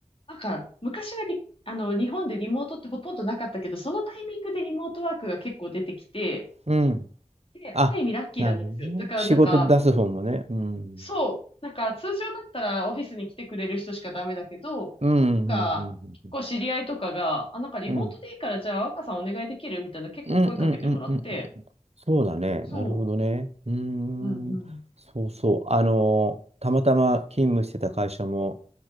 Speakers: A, on the left; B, on the right.
A: なんか、昔はリあの、日本でリモートってほとんどなかったけど、そのタイミングでリモートワークが結構出てきて、
B: うん
A: で、
B: あ、
A: ある意味ラッキーだったんですよ。
B: なるほどね。
A: だから、
B: 仕事出す方もね。
A: なんか、
B: うん。
A: そう。なんか通常だったらオフィスに来てくれる人しかダメだけど、
B: うん、うん、
A: なんか、
B: うん、
A: 結構知り合いとかが、あ、なんかリモートでいいからじゃあ若さんお願いできるみたいな結構声かけてもらって、
B: うん。うん、うん、うん、うん、うん。うんそうだね。
A: そ
B: なるほどね。うーん。
A: う。うんうん。
B: そうそう。あのたまたま勤務してた会社も、